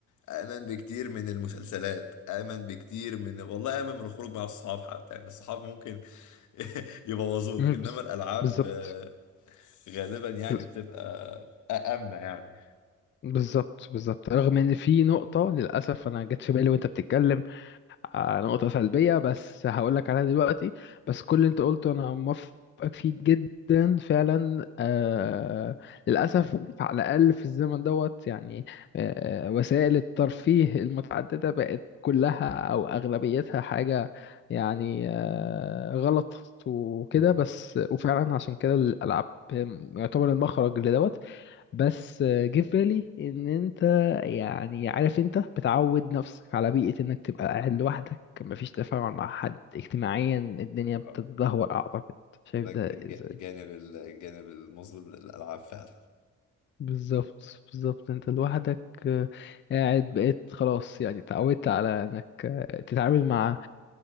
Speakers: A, on the left (about 75°); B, on the left (about 40°).
A: امن بكتير من المسلسلات امن بكتير من والله امن من الخروج مع الصحاب حتى يعني الصحاب ممكن <laughs> يبوظوك
B: مم،
A: انما
B: بز-
A: الالعاب
B: بالظبط
A: آه، غالبا يعني
B: بز-
A: بتبقى آمنة يعني
B: بالظبط بالظبط رغم ان في نقطه للاسف انا جت في بالي وانت بتتكلم آه، نقطة سلبية بس هقول لك عليها دلوقتي بس كل اللي انت قلته انا موافقك فيه جدا فعلا آه للأسف على الأقل في الزمن دوت يعني آه وسائل الترفيه المتعددة بقت كلها أو أغلبيتها حاجة يعني آه غلط وكده
A: مم.
B: بس وفعلا عشان كده الألعاب يعتبر المخرج لدوت بس آه، جه في بالي ان انت يعني عارف انت بتعود نفسك على بيئة انك تبقى قاعد لوحدك مفيش تفاعل مع حد اجتماعيا الدنيا بتتدهور
A: آه،
B: اعتقد شايف
A: ده الج-
B: ده ازاي
A: الجانب الجانب المظلم للألعاب فعلا
B: بالظبط بالظبط انت لوحدك آه، قاعد بقيت خلاص يعني تعودت على انك آه، تتعامل مع